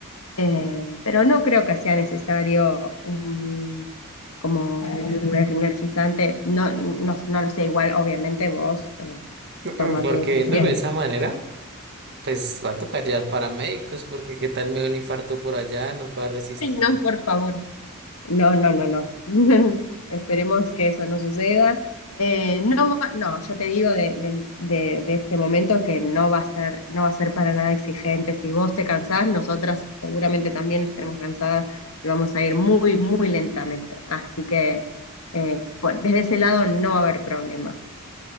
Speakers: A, on the left; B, on the right.
A: eh, pero no creo que sea necesario un, como un energizante. No, no, no lo sé, igual obviamente vos eh,
B: <clears throat> <laughs>
A: toma
B: porque
A: tu decisión.
B: viéndolo de esa manera. Pues va a tocar ya paramédicos, porque qué tal me da un infarto por allá, no pueda resistir.
A: Ay, no, por favor. No, no, no, no. <laughs> Esperemos que eso no suceda. Eh, no, va- no, ya te digo de, de- de- de este momento que no va a ser, no va a ser para nada exigente. Si vos te cansás, nosotras seguramente también estaremos cansadas y vamos a ir muy, muy lentamente. Así que eh, por- desde ese lado no va a haber problema.